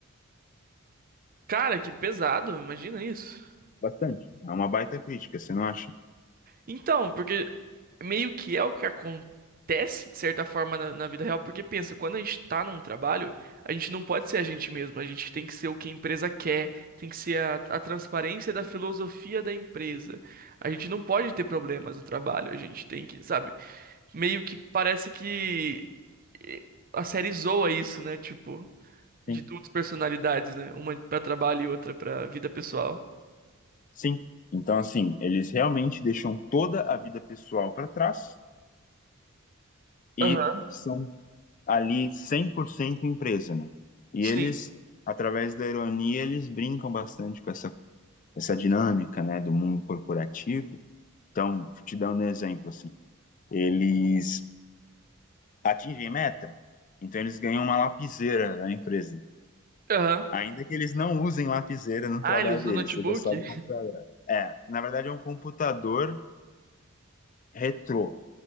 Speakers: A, on the right (about 40°); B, on the left (about 35°).
A: Cara, que pesado, imagina isso.
B: Bastante. É uma baita crítica, você não acha?
A: Então, porque meio que é o que acontece, de certa forma, na, na vida real, porque pensa, quando a gente tá num trabalho, a gente não pode ser a gente mesmo, a gente tem que ser o que a empresa quer, tem que ser a, a transparência da filosofia da empresa. A gente não pode ter problemas no trabalho, a gente tem que, sabe? Meio que parece que eh, a série zoa isso, né? Tipo, de
B: Sim,
A: duas personalidades, né? Uma pra trabalho e outra pra vida pessoal.
B: sim. Então, assim, eles realmente deixam toda a vida pessoal para trás e
A: Aham,
B: são ali 100% empresa, né? E
A: sim.
B: eles, através da ironia, eles brincam bastante com essa, essa dinâmica, né, do mundo corporativo. Então, te dando um exemplo, assim, eles atingem meta, então eles ganham uma lapiseira da empresa.
A: Aham.
B: Ainda que eles não usem lapiseira no
A: Ah,
B: trabalho
A: ele usa
B: deles,
A: o notebook?
B: seja só do computador. É, É, na verdade é um computador retrô,